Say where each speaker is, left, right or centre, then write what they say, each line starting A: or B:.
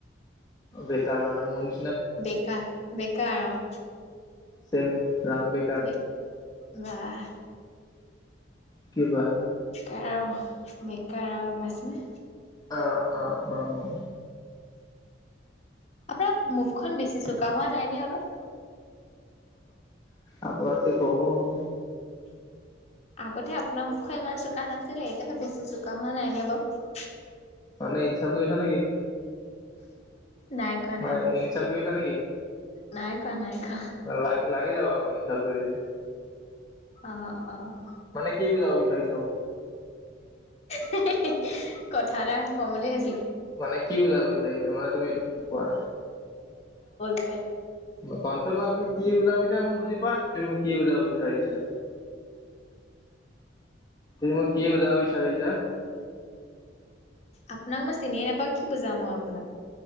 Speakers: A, on the left; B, on the left.
A: বেকাৰ মানে মন মইও।
B: বেকাৰ, বেকাৰ অ'।
A: চেম ৰাম বেকাৰ
B: বেক, ৱাহ
A: কি বা?
B: বেকাৰ, বেকাৰ আৰু গম পাইছনে?
A: অ', অ', অ'।
B: আপোনাৰ মুখখন বেছি চোকা হোৱা নাই নে অলপ?
A: আপোনতকে কম অ'।
B: আগতে আপোনাৰ মুখখন ইমান চোকা নাছিলে, এতিয়াহে বেছি চোকা হোৱে নাই নে বাৰু।
A: মানে ইনচাল্ট কৰিছা নেকি?
B: নাই কৰা
A: মানে
B: নাই কৰা
A: ইনচাল কৰিছা নেকি?
B: নাই কৰা নাই কৰা
A: লগি-লাগি যাব আকৌ ই ইনচাল কৰিলে
B: অ', অ'।
A: মানে কি বুজাব বিচাৰিছা মোক
B: অ' কথা এটা ক'ম বুলি ভাবিছিলোঁ।
A: মানে কি বুজাব বিচাৰিছা? মানে তুমি এইটো কোৱা?
B: কণ
A: ম কন্ট্ৰল ন তুমি কি বুজাব বিচাৰ মই বুজি পাইছো, মোক কি বুজাব বিচাৰিছা তুমি মোক কি বুজাব বি <unintelligible>
B: আপোনাক মই চিনিয়ে নাপাওঁ, কি বুজাম মই আপোনাক?